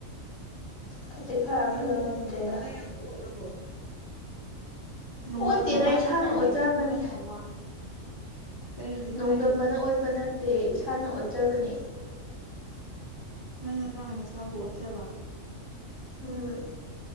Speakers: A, on the left; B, on the right.
A: ꯈꯖꯤꯛ ꯈꯔꯥꯛꯇꯒ
B: ꯅꯪꯕꯨ ꯅꯣꯡꯗꯝꯕꯅ
A: ꯅꯠꯇ꯭ꯔꯦꯗ
B: ꯌꯥꯝ ꯑꯣꯠꯂꯕꯣ ꯅꯣꯡꯗꯝꯕ
A: ꯑꯣꯠꯇꯦꯗ
B: ꯃꯥꯒꯤ
A: ꯏꯁꯥꯅ
B: ꯆꯥꯡꯌꯦꯡꯁꯤꯕꯨ
A: ꯑꯣꯠꯆꯕꯅꯤ
B: ꯅꯪ ꯌꯥꯝ ꯋꯥꯔꯕꯣ ꯀꯔꯤꯒꯤꯅꯣ
A: ꯅꯣꯡꯗꯝꯕꯅ
B: ꯍꯥꯏꯁꯤꯕꯣ
A: ꯑꯣꯠꯄ ꯅꯠꯇꯦ ꯏꯁꯥꯅ ꯑꯣꯠꯆꯕꯅꯦ
B: ꯅꯪ ꯅꯁꯥꯅ ꯅꯁꯥꯕꯨ ꯑꯣꯠꯆꯕ
A: ꯎꯝ